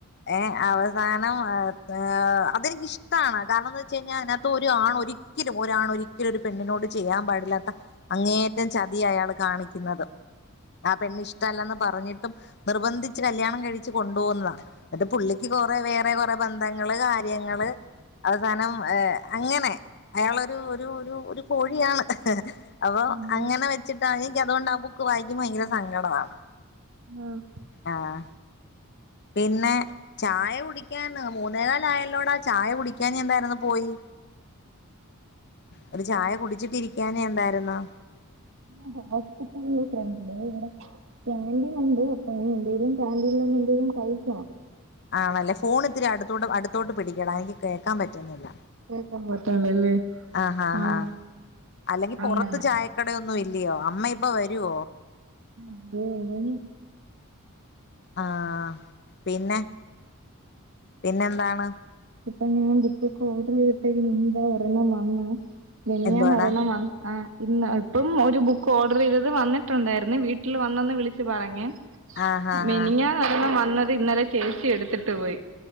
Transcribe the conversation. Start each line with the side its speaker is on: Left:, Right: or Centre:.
Left: ഏഹ് അവസാ ണം അഹ്ഏഹ് അതെനിക്കിഷ്ടാണ്. കാരണെന്ത്വെച്ചഴിഞ്ഞാ അതിനകത്ത് ഒരു ആണ് ഒരി ക്കലും ഒരാണൊരിക്കലും ഒരു പെണ്ണിനോട് ചെയ്യാൻ പാടില്ലാത്ത അങ്ങേയറ്റം ചതിയാ അയാള് കാണിക്ക്ന്നത്. ആ പെണ്ണ് ഇഷ്ട അല്ലന്ന് പറഞ്ഞിട്ടും നിർബന്ധിച്ച് കല്യാണം കഴിച്ച് കൊണ്ടു പോകുന്നതാ. ന്നട്ട് പുള്ളിക്ക് കൊറെ വേറെ കൊറെ ബന്ധങ്ങള് കാര്യങ്ങള് അവസാനം ഏഹ് അങ്ങനെ. അയാളൊരു ഒരു ഒരു ഒരു കോഴിയാണ്. അപ്പൊ
Right: ഉം
Left: അങ്ങനെ വെച്ചിട്ടാ. എനിക്കതോണ്ട് ആ ബുക്ക് വായിക്കുമ്പോ ഭയങ്കര സങ്കടവാണ്.
Right: ആഹ്
Left: ആഹ് പിന്നെ ചായ കുടിക്കാൻ മൂന്നേകാലായല്ലോടാ ചായ കുടിക്കാൻ എന്തായിരുന്നു പോയി.
Right: <inaudible>
Left: ഒരു ചായ കുടിച്ചിട്ടിരിക്കാഞ്ഞെ എന്തായിരുന്നു?
Right: ഞാൻ ഹോസ്പിറ്റൽല് <unintelligible> കാൻ്റീനുണ്ട്. അപ്പൊ എന്തെലും കാന്റിനിൽന്ന് എന്തെലും കഴിക്കണം.
Left: ആണല്ലേ ഫോൺ ഇത്തിരി അടുത്തൂടെ അടുത്തോട്ട് പിടിക്കണെ. ആഹ്എനിക്ക് കേക്കാൻ പറ്റുന്നില്ല.
Right: കേക്കാൻ പറ്റുള്ളല്ലേ
Left: ആ ഹാ
Right: ആഹ്
Left: ഹാ. അല്ലെങ്കി പൊറത്ത്
Right: അങ്ങനെ
Left: ചായക്ക ട ഒന്നും ഇല്യയോ അമ്മ ഇപ്പ വരോ?
Right: ആഹ്. ഒരേഴെണി
Left: ആഹ്. പിന്നെ, പിന്നെന്താണ്?
Right: ഇപ്പം ഞാൻ ബുക്കൊക്കെ ഓഡറേയ്തിട്ടേ <unintelligible> ഒരെണ്ണം വന്ന് മിനിയാന്നൊരെണ്ണം
Left: എന്തുവാടാ
Right: വം ആഹ് ഇന്ന ട്ടും ഒരു ബുക്ക് ഓഡറെയ്തത് വന്നിട്ടുണ്ടായിരുന്നു വീട്ടിൽ വന്നെന്ന് വിളിച്ചു പറഞ്ഞ്.
Left: ആഹ് ആഹ്
Right: മെനിഞാന്ന്
Left: ആഹ്
Right: ഒരെണ്ണം വന്നത് ഇന്നലെ ചേച്ചി എടുത്തിട്ട് പോയി.